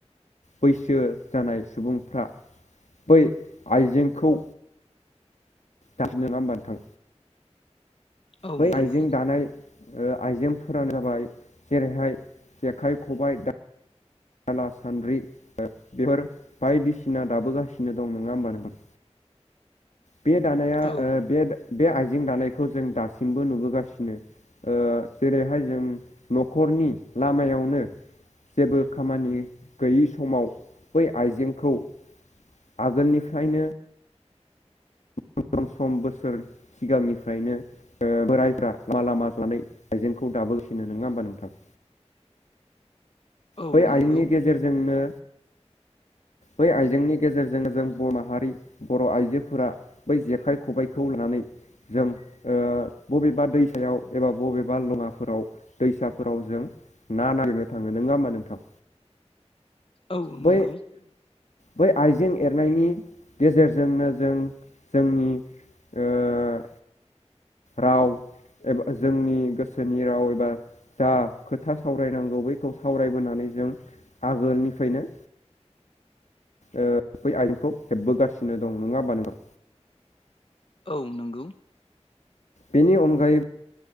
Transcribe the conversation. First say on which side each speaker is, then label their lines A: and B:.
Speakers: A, on the left; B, on the left.
A: बैसो जानाय सुबुंफ्रा बै आइजेंखौ दाबो नङा होमबा नोंथां?
B: औ
A: बै
B: नंगौ
A: आइजें दानाय आइजेंफोरानो जाबाय जेरैहाय जेखाइ खबाय दा दाला सान्द्रि बेफोर बायदिसिना दाबोगासिनो दं नङा होमबा नोंथां बे दानाया
B: औ
A: बे बे आइजें दानायखौ जों दासिमबो नुबोगासिनो ओ जेरैहाय जों न'खरनि लामायावनो जेबो खामानि गैयि समाव बै आइजेंखौ आगोलनिफ्रायनो गोबां सम बोसोर सिगांनिफ्रायनो ओ बोरायफ्रा लामा लामा जनानै आइजेंखौ दाबोगासिनो नङा होमबा नोंथां?
B: औ
A: बै आयजेंनि
B: नंगौ
A: गेजेरजोंनो बै आइजेंनि गेजेरजोंनो जों बर' माहारि बर' आइजोफोरा बै जेखाइ-ख'बाइखौ लानानै जों ओ बबेबा दैसायाव एबा बबेबा लङाफोराव दैसाफोराव जों ना नागिरनो थाङो नोङा ओमबा नोंथां
B: औ
A: बै
B: नंगौ
A: बै आइजें एरनायनि गेजेरजोंनो जों जोंनि ओ राव एबा जोंनि गोसोनि राव एबा जा खोथा सावरायनांगौ बैखौ सावरायबोनानै जों आगोलनिफ्रायनो ओ बै आयजेंखौ हेबबोगासिनो दं नङा होमबा नों
B: औ नंगौ
A: बेनि अनगायैबो